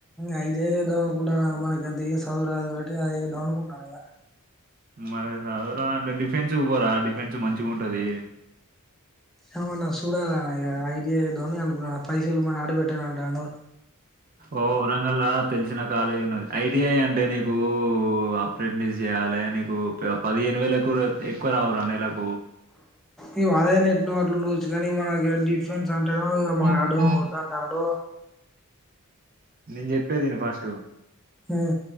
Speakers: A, in the centre; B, on the right.
A: అదేధోకుంటా మనకి ఎంత సదువు అదేధో అనుకుంటానా
B: మరి చదవరా అంటే డిఫెన్స్ పోరా డిఫెన్స్ మంచిగా ఉంటది
A: ఏమన్నా చూడాల ఇక ఐడియా ఏదో అని అనుకున్నాను పైసలు మని అడిపెట్టాను అంటాను
B: ఓ ఔరంగలాదు తెలిసిన కాలేజ్ ఉన్నది. ఐటిఐ అంటే నీకు అప్రెంటిస్ చేయాలి. నీకు పదిహేను వేలు ఎక్కువ రావు. నీకు నెలకు
A: ఇగో పదైన ఎట్న గొట్ల ఉండచ్చు కాని మనకి డిఫెన్స్ వంటాను ఇ మానాడు
B: ఆ
A: వద్దంటాండు
B: నేను చెప్పేది ఇను ఫస్ట్
A: ఉమ్